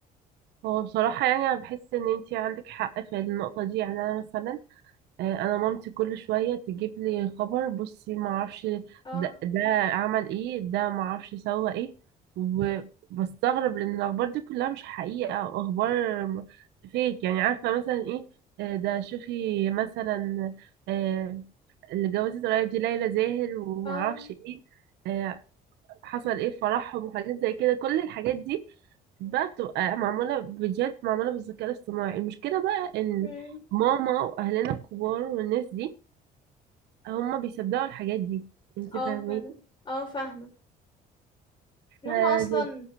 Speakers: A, on the right; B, on the left.
A: هو بصراحة يعني أنا بحس إن انت عندك حق في النقطة دي يعني أنا مثلا آه، انا مامتي كل شويه تجيب لي خبر بصي ما اعرفش
B: اه
A: ده, ده عمل ايه ده ما اعرفش سوى ايه وبستغرب لان الاخبار دي كلها مش حقيقه او اخبار م- فيك يعني عارفه مثلا ايه آه، ده شوفي مثلا آه، اللي جوزت قريب دي ليلى زاهر وما
B: اه
A: اعرفش ايه آه، حصل ايه في فرحهم وحاجات زي كده كل الحاجات دي بقى بتبقى معمولة فيديوهات معمولة بالذكاء الاصطناعي المشكلة بقى ان
B: امم
A: ماما واهلنا الكبار والناس دي هم بيصدقوا الحاجات دي انت
B: اه
A: فاهمين
B: فعلا اه فاهمة ان
A: فزي
B: هما اصلا